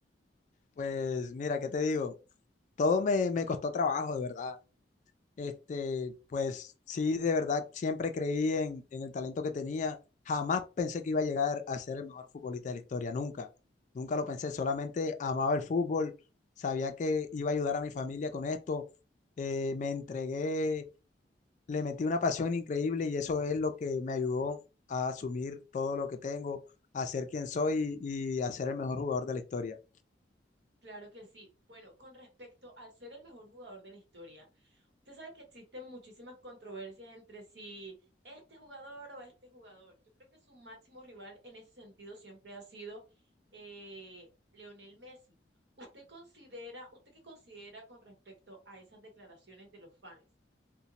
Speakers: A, on the left; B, on the right.
A: Pues mira, ¿qué te digo? Todo me, me costó trabajo, de verdad. Este, pues sí, de verdad, siempre creí en, en el talento que tenía. Jamás pensé que iba a llegar a ser el mejor futbolista de la historia, nunca. Nunca lo pensé, solamente amaba el fútbol, sabía que iba a ayudar a mi familia con esto. eh, me entregué, le metí una pasión increíble y eso es lo que me ayudó a asumir todo lo que tengo, a ser quien soy y a ser el mejor jugador de la historia.
B: Claro que sí. Bueno, con respecto al ser el mejor jugador de la historia, usted sabe que existen muchísimas controversias entre si este jugador o este jugador. Yo creo que su máximo rival en ese sentido siempre ha sido eh, Leonel Messi. ¿Usted considera, usted qué considera con respecto a esas declaraciones de los fans?